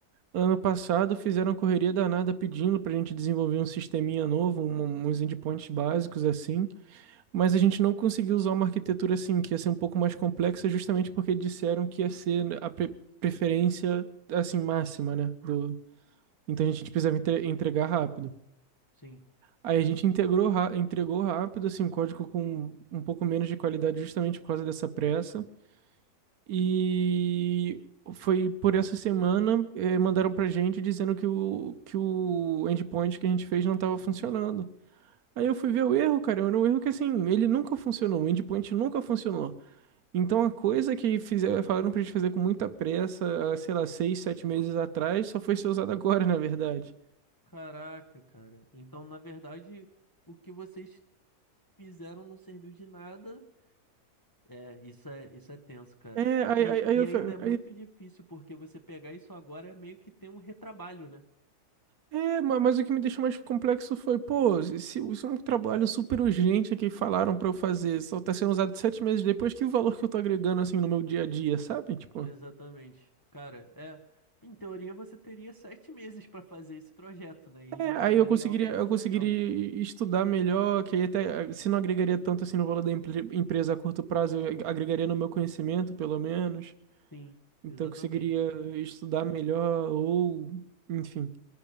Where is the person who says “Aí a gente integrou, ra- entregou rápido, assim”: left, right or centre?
Right